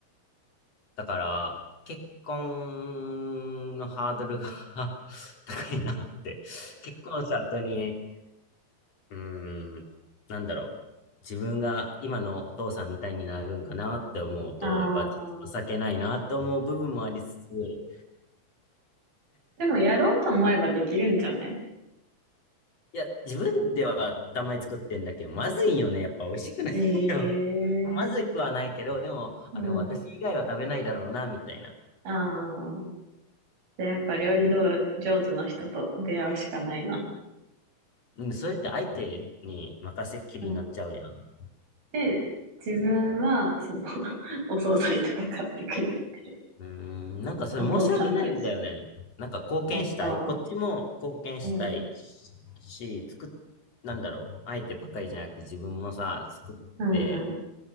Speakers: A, on the left; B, on the right.
A: だから、結婚のハードルが <laughs> 高いなって。結婚した後に、うーん、なんだろう。自分が今のお父さんみたいになるんかなって思うと、
B: ああ。
A: やっぱちょっと情けないなと思う部分もありつつ、い
B: でもやろうと思えばできるんじゃない
A: や、自分ではたまに作ってんだけど、まずいよね。やっぱ美味しくないよ。
B: ええ
A: <laughs> まずくはないけど、でも、
B: うん。
A: あ、でも私以外は食べないだろうな、みたいな。
B: ああ。で、やっぱ料理道上手の人と出会うしかないな。
A: うん、それって相手に任せっきりになっちゃうやん。
B: うん。で、自分は、その <laughs> お惣菜とか買ってくるっていう。
A: うーん、なんかそれ申し訳ないんだよね。
B: お父さんと一緒。
A: なんか貢献したい。
B: そっか。
A: こっちも貢献したいし、
B: うん。
A: し作っ、なんだろう。相手ばっかりじゃなくて自分もさ、作って、
B: うんうん。